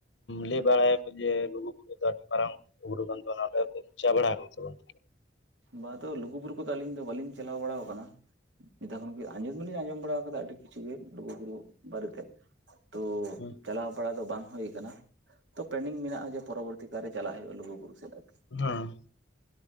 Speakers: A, on the left (about 85°); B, on the right (about 80°).
A: ᱞᱟᱹᱭ ᱵᱟᱲᱟᱭᱟᱠᱚ ᱡᱮ ᱞᱩᱜᱩ ᱩᱫᱟᱥ ᱯᱟᱨᱢᱟ ᱦᱩᱲᱩᱫᱟᱱᱫᱟᱱᱟᱭ ᱛᱮ ᱪᱟ ᱵᱟᱲᱟᱭ ᱦᱩᱭ ᱠᱟᱱᱟ ᱥᱮ ᱵᱟᱝ
B: ᱵᱟ ᱫᱚ ᱞᱩᱜᱩᱼᱵᱩᱨᱩ ᱠᱚᱫᱚ ᱟᱹᱞᱤᱧ ᱫᱚ ᱵᱟᱹᱞᱤᱧ ᱪᱟᱞᱟᱣ ᱵᱟᱲᱟᱣ ᱟᱠᱟᱱᱟ᱾ ᱱᱤᱛᱟᱜ ᱠᱷᱚᱱ ᱜᱮ ᱟᱸᱡᱚᱢ ᱫᱚᱞᱤᱧ ᱟᱸᱡᱚᱢ ᱵᱟᱲᱟ ᱠᱟᱫᱟ ᱟᱹᱰᱤ ᱠᱤᱪᱷᱩ ᱜᱮ, ᱞᱩᱜᱩᱵᱩᱨᱩ ᱵᱟᱨᱮᱛᱮ ᱛᱚ
A: ᱦᱮᱸ
B: ᱪᱟᱞᱟᱣ ᱵᱟᱲᱟ ᱫᱚ ᱵᱟᱝ ᱦᱩᱭ ᱠᱟᱱᱟ᱾ ᱛᱚ ᱯᱮᱞᱮᱱᱤᱝ ᱢᱮᱱᱟᱜᱼᱟ ᱡᱮ ᱯᱚᱨᱚᱵᱚᱨᱛᱤ ᱠᱟᱞᱨᱮ ᱪᱟᱞᱟᱜ ᱦᱩᱭᱩᱜᱼᱟ ᱞᱩᱜᱩᱵᱩᱨᱩ ᱥᱮᱫ ᱟᱨᱠᱤ᱾
A: ᱦᱮᱸ